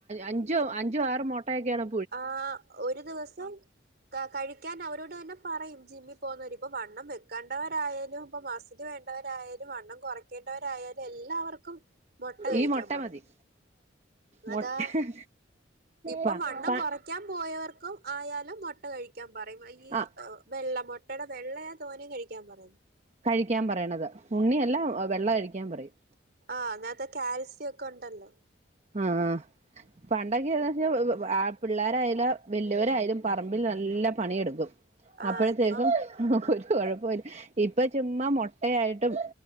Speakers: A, on the right; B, on the right.
A: അഞ്ചും അഞ്ചും ആറും മോട്ടയൊക്കെയാണ്
B: ആഹ് ഒരു ദിവസം ക കഴിക്കാൻ അവരോട് തന്നെ പറയും ജിമ്മിൽ പോകുന്നവര് ഇപ്പൊ വണ്ണം വെക്കേണ്ടവരായാലും ഇപ്പമസില് വേണ്ട ണ്ടരായാലും വണ്ണം കുറക്കേണ്ടവരായാലും എല്ലാവർക്കും മൊട്ട കഴിക്കാൻ
A: ഈ മുട്ട
B: പറയും.
A: മതി മുട്ട
B: അതാ ഇപ്പം
A: പ
B: വണ്ണം
A: പ
B: കൊറെ ക്ക്യാൻ പോയവർക്കും ആയാലും മൊട്ട കഴിക്കാൻ പറയും ഈ
A: ആ
B: ഏഹ് വെള്ളമൊ ട്ടെടെ വെള്ളയാ തോനെ കഴിക്കാൻ പറയുന്നെ.
A: കഴിക്കാൻ പറയണത് ഉണ്ണിയല്ല വെള്ള കഴിക്കാൻ പറയും.
B: ആഹ് അതിനകത് കാൽസ്യം ഒക്കെ ഒണ്ടല്ലോ
A: ആഹ് ആഹ് പണ്ടൊക്കെ <unintelligible> പിള്ളരായാലും വല്ലിയവരായാലും പറമ്പിൽ നല്ല പണിയെടുക്കും.
B: ആ
A: അപ്പഴത്തേക്കും
B: ഇപ്പം
A: ഒര് കൊഴപ്പൊല്ല ഇപ്പൊ ചുമ്മാ മൊട്ടയായിട്ടും